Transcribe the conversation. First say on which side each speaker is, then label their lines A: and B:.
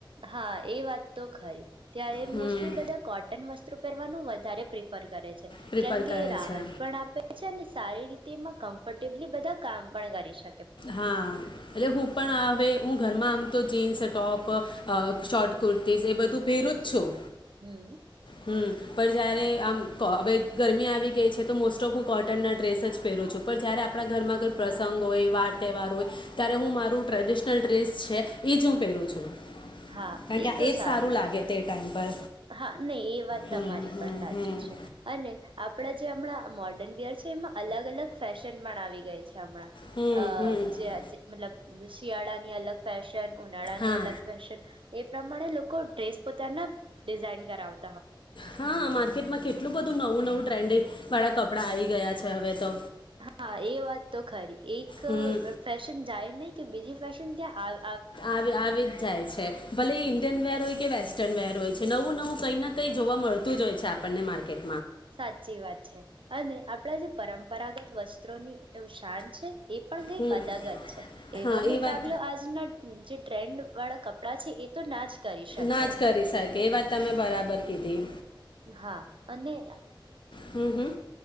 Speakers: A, on the right; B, on the left.
A: હા એ વાત તો ખરી. ત્યારે
B: હમ
A: મોસ્ટલી બધા કોટન વસ્ત્ર પહેરવાનું વધારે પ્રિફર કરે છે.
B: પ્રિપર
A: કેમકે
B: કરે
A: એ રાહત
B: છે
A: પણ આપે છે અને સારી રીતે એમાં કમ્ફર્ટેબલી બધા કામ પણ કરી શ
B: હા એટલે હું પણ હવે હું ઘરમાં તો jeans, top, uh short kurtis એ બધું પહેરું જ છું.
A: હમ
B: હમ્મ. પણ જયારે આમ ક હવે ગરમી આવી ગઈ છે તો મોસ્ટ ઓફ હું કોટનના ડ્રેસ જ પહેરું છું. પણ જયારે આપણા ઘરમાં કોઈ પ્રસંગ હોય, વા ર તહેવાર હોય ત્યારે હું મારું ટ્રેડિશનલ ડ્રેસ છે ઈ જ હું પહેરું છું.
A: હા
B: કારણ
A: એ
B: કે
A: તો
B: જ
A: સારું
B: લાગે
A: કહેવાય.
B: તે ટાઈમ પર
A: હા નહી એ વાત
B: હમ
A: તમારી
B: હમ
A: પણ સાચી
B: હમ
A: છે અને આપડે જે હમણાં મોર્ડર્ન વીયર છે એમાં અલગ-અલગ ફેશન પણ આવી ગઈ છે. હમણાં
B: હમ
A: અ
B: હમ
A: જે <inaudible> મતલબ શિયાળાની અલગ ફૅશન, ઉનાળાની
B: હા
A: અલગ એ પ્રમાણે લોકો ડ્રેસ પોતાના ડિઝાઇન કરાવ
B: હા માર્કેટમાં કેટલું બધું નવું નવું ટ્રેન્ડી વાળા કપડા આયી ગયા છે હવે તો.
A: હા એ વાત તો ખરી. એક
B: હમ
A: ફેશન જાય નહી કે બીજી ફેશન ત્યા આ
B: આવી આવી જ જાય છે ભલે
A: હમ
B: ઇન્ડિયન વેર હોય કે વેસ્ટ વેસ્ટર્ન વેર હોય છે. નવું નવું કઈ ના કંઈ જોવા મળતું જ હોય છે આપણને માર્કેટ.
A: સાચી વાત છે અને આપણા જે પરંપરાગત વસ્ત્રો ની એ શાન છે. એ પણ કઈક
B: હમ.
A: અલગ જ છે. એનો
B: હા
A: મુકાબલો
B: એ વાત
A: આજના જે ટ્રેન્ડ વાળા કપડાં છે એ તો ના જ કરી શકે
B: ના જ કરી શકે એ વાત તમે બરાબર કીધી.
A: હા અને
B: હમ્મ હમ્મ.